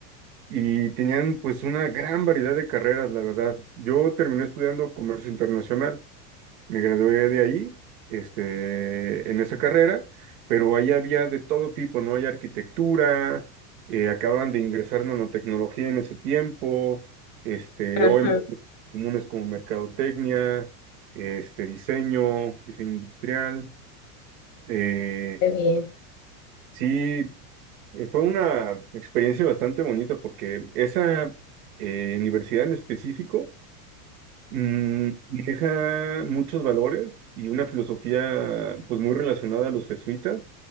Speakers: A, on the right; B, on the left.
A: y tenían pues una gran variedad de carreras, la verdad. Yo terminé estudiando comercio internacional. Me gradué de allí, este, en esa carrera, pero ahí había de todo tipo, ¿no? Hay arquitectura, eh, acaban de ingresar nanotecnología en ese tiempo, este,
B: Ujú,
A: OM comunes como mercadotecnia, este, diseño, diseño industrial. eh,
B: qué bien.
A: sí, eh, fue una experiencia bastante bonita porque esa eh, universidad en específico Mm, y deja muchos valores y una filosofía pues muy relacionada a los jesuitas